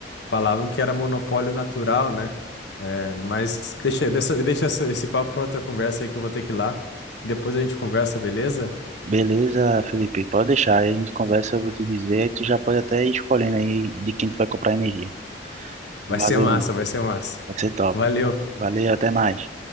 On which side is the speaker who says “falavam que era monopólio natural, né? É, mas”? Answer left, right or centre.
Left